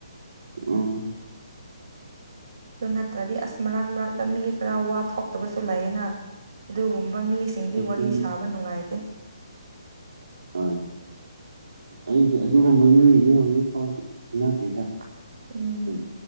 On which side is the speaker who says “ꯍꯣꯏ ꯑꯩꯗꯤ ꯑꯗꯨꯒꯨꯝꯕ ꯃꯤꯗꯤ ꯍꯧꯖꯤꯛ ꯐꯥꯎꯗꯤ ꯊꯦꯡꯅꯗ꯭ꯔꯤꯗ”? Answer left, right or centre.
Right